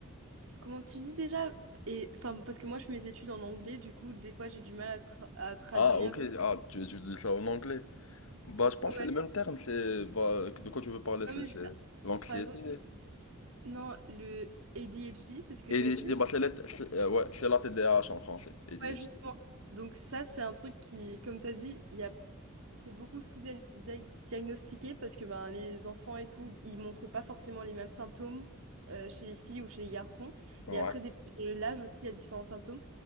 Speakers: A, on the right; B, on the left.
A: Comment tu dis déjà? Et enfin, parce que moi, je fais mes études en anglais, du coup, des fois, j'ai du mal à, tra- à traduire.
B: ah ok ah tu tu dis ça en anglais bah je pense
A: Ouais,
B: que c'est le même terme c'est bah de quoi tu veux parler
A: non,
B: c'est
A: mais
B: c'est
A: juste,
B: l'anxiété
A: par exemple, non, le ADHD, c'est ce que t'as
B: ADHD
A: dit?
B: bah c'est la- c'est- euh, ouais c'est la TDAH en français ADHD
A: Ouais, justement. Donc, ça, c'est un truc qui, comme t'as dit, il y a... c'est beaucoup sous-diagnostiqué parce que ben, les enfants et tout, ils montrent pas forcément les mêmes symptômes euh, chez les filles ou chez les garçons.
B: ouais
A: Et après, dépendant de l'âge aussi, il y a différents symptômes.